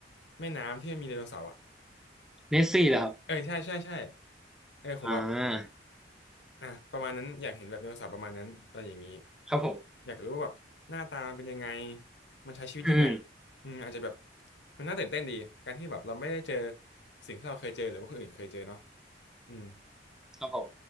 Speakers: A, on the left; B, in the centre.
A: แม่น้ำที่มันมีไดโนเสาร์อ่ะ
B: เนสซี่เหรอครับ
A: เออใช่ใช่ใช่เออผมแบบ
B: อ่า
A: อ่ะประมาณนั้นอยากเห็นแบบไดโนเสาร์ประมาณนั้นอะไรอย่างนี้
B: ครับผม
A: อยากรู้ว่าแบบหน้าตามันเป็นยังไงมันใช้ชีวิตยังไง
B: อืม
A: อืมอาจจะแบบมันน่าตื่นเต้นดีการที่แบบเราไม่ได้เจอสิ่งที่เราเคยเจอหรือว่าคนอื่นเคยเจอเนาะอืม
B: ครับผม